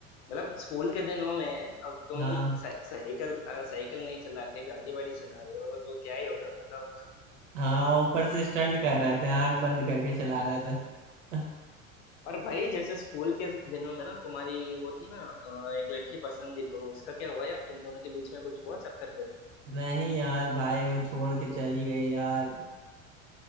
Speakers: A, on the left (about 55°); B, on the right (about 65°).
A: मतलब स्कूल के दिनों में अब तुम
B: हाँ
A: साइ- साइकिल अ, साइकिल नहीं चला के गाड़ी वाड़ी चला रहे हो तो क्या ही होगा बताओ
B: हाँ ऊपर से स्टंट कर रहे थे आंख बंद करके चला रहे थे <laughs>
A: और भाई जैसे स्कूल के दिनों में ना तुम्हारी वो थी ना अ, एक लड़की पसंद थी तो उसका क्या हुआ यार तुम दोनों के बीच में कुछ हुआ चक्कर फिर
B: नहीं यार भाई वो छोड़ के चली गई यार